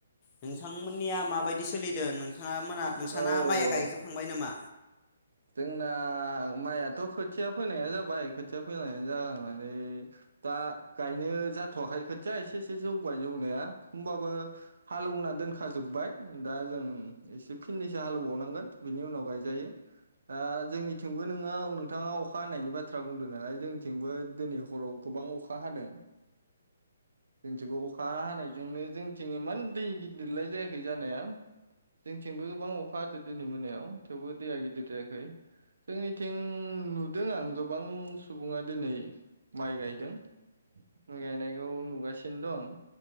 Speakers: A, on the left; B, on the right.
A: नोंथांमोननिया माबाय दि सोलिदों नों थांङा मोना नोंसाना
B: औ
A: माइया गायजोबखांबाय नामा?
B: जोंना माइयाथ खोथिया फोननाया जाबाय खोथिया फोननायानो जानानै दा गायनो जाथवाखै खोथिया एसे एसे जौबाय जौनाया होनबाबो हालौना दोनखाजोब्बाय दा जों एसे फिननैसो हालौबावनांगोन बिनि उनाव गायजायो। आ जोंनिथिंबो नोंङो नोंथाङा अखा हानायनि बाथ्रा बुंदों नालाय जोंथिंबो दिनै हराव गोबां अखा हादों। जोंथिंबो अखा हानायजोंनो जोंनिथिं इमान दै गिदिरलाय जायाखै जानाया जोंथिंबो गोबां अखा हादों दिनै मोनायाव थेवबो दैया गिदिर जाया खै जोंनिथिं नुदों आं गोबां सुबुंङा दिनै माइ गायदों माइ गायनायखौ नुगासिनो दंं